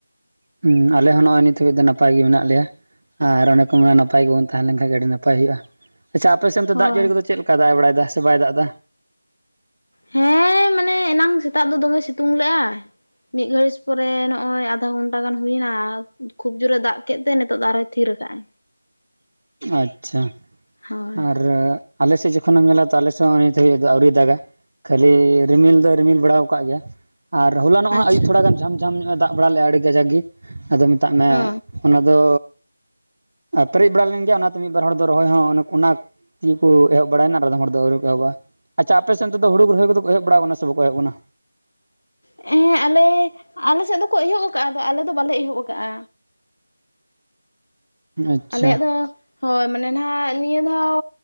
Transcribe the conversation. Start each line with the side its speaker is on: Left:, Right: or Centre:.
Right: ᱦᱩᱸ ᱟᱞᱮ ᱦᱚᱸ ᱱᱚᱜ ᱚᱭ ᱱᱤᱛ ᱦᱟᱹᱵᱤᱡ ᱫᱚ ᱱᱟᱯᱟᱭ ᱜᱮ ᱢᱮᱱᱟᱜ ᱞᱮᱭᱟ᱾ ᱟᱨ ᱚᱱᱮ ᱠᱚ ᱢᱮᱱ ᱱᱟᱯᱟᱭ ᱜᱮᱵᱚᱱ ᱛᱟᱦᱮᱸ ᱞᱮᱱ ᱠᱷᱟᱱ ᱟᱹᱰᱤ ᱱᱟᱯᱟᱭ ᱦᱩᱭᱩᱜᱼᱟ, ᱟᱪᱪᱷᱟ ᱟᱯᱮ ᱥᱮᱛ ᱫᱚ
Left: ᱦᱳᱭ
Right: ᱫᱟᱜ ᱡᱟᱹᱲᱤ ᱫᱚ ᱪᱮᱫ ᱞᱮᱠᱟ ᱫᱟᱜ ᱵᱟᱲᱟᱭ ᱫᱟ, ᱥᱮ ᱵᱟᱭ ᱫᱟᱜ ᱮᱫᱟ?
Left: ᱦᱮᱸᱻ ᱢᱟᱱᱮ ᱮᱱᱟᱝ ᱥᱮᱛᱟᱜ ᱫᱚ ᱫᱚᱢᱮ ᱥᱤᱛᱩᱝ ᱞᱮ ᱟᱭ, ᱢᱤᱫ ᱜᱷᱟᱹᱲᱤᱡ ᱯᱚᱨᱮ ᱱᱚᱜᱼᱚᱭ ᱟᱫᱷᱟ ᱜᱷᱚᱱᱴᱟ ᱜᱟᱱ ᱦᱩᱭᱱᱟ ᱠᱷᱩᱵᱽ ᱡᱳᱨᱮ ᱫᱟᱜ ᱠᱮᱫ ᱛᱮ ᱱᱤᱛᱚᱜ ᱫᱚ ᱟᱨᱦᱚᱭ ᱛᱷᱤᱨ ᱟᱠᱟᱫᱼᱟᱭ᱾
Right: ᱟᱪᱪᱷᱟ
Left: ᱦᱳᱭ
Right: ᱟᱨ ᱟᱞᱮ ᱥᱮᱫ ᱡᱚᱠᱷᱚᱱ ᱮᱢ ᱧᱮᱞᱟ, ᱛᱚ ᱟᱞᱮᱫ ᱦᱚᱸ ᱱᱤᱛ ᱦᱟᱵᱤᱡ ᱫᱚ ᱟᱹᱣᱨᱤ ᱫᱟᱜᱟ᱾ ᱠᱷᱟᱹᱞᱤ ᱨᱤᱢᱤᱞ ᱫᱚ ᱨᱤᱢᱤᱞ ᱵᱟᱲᱟ ᱟᱠᱟᱫ ᱜᱮᱭᱟ, ᱟᱨ ᱦᱚᱞᱟ ᱱᱚᱜ ᱦᱚᱸ
Left: ᱟᱪᱪᱷᱟ
Right: ᱟᱭᱩᱵ ᱛᱷᱚᱲᱟ ᱜᱟᱱ ᱡᱷᱟᱢ ᱡᱷᱟᱢ ᱧᱚᱜ ᱮ ᱫᱟᱜ ᱵᱟᱲᱟ ᱞᱮᱫᱼᱟ ᱟᱹᱰᱤ ᱠᱟᱡᱟᱠ ᱜᱮ, ᱟᱫᱚ ᱢᱮᱛᱟᱜ ᱢᱮ
Left: ᱚ
Right: ᱚᱱᱟ ᱫᱚ ᱯᱮᱨᱮᱡ ᱵᱟᱲᱟ ᱞᱮᱱ ᱚᱱᱟᱛᱮ ᱢᱤᱫ ᱵᱟᱨ ᱦᱚᱲ ᱫᱚ ᱨᱚᱦᱚᱭ ᱦᱚᱸ ᱚᱱᱟ ᱠᱩᱱᱟ ᱛᱤ ᱦᱚ ᱮᱦᱚᱵ ᱵᱟᱲᱟᱭᱮᱱᱟ ᱟᱫᱚᱢ ᱦᱚᱲ ᱫᱚ ᱟᱹᱶᱨᱤ ᱠᱚ ᱮᱦᱚᱵᱟ᱾ ᱟᱪᱪᱷᱟ ᱟᱯᱮ ᱥᱮᱫ ᱦᱩᱲᱩ ᱨᱚᱦᱚᱭ ᱠᱚᱫᱚ ᱮᱦᱮᱡ ᱵᱟᱲᱟ ᱟᱠᱟᱱᱟ ᱥᱮ ᱵᱟᱠ ᱠᱚ ᱮᱦᱚᱵ ᱠᱟᱱᱟ᱾
Left: ᱦᱮᱸ ᱟᱞᱮ, ᱟᱞᱮ ᱥᱮᱫ ᱫᱚᱠᱚ ᱮᱦᱚᱵ ᱟᱠᱟᱜᱼᱟ ᱟᱫᱚ ᱟᱞᱮ ᱫᱚ ᱵᱟᱞᱮ ᱮᱦᱚᱵ ᱟᱠᱟᱜᱼᱟ᱾
Right: ᱟᱪᱪᱷᱟ
Left: ᱟᱞᱮᱭᱟᱜ ᱫᱚ ᱦᱳᱭ ᱢᱟᱱᱮ ᱱᱟᱦᱟᱜ ᱱᱤᱭᱟᱹ ᱫᱷᱟᱣ